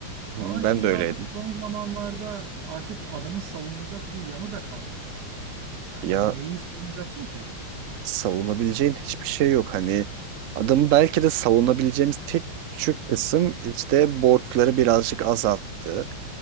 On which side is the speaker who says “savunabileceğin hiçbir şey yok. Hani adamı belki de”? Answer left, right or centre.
Right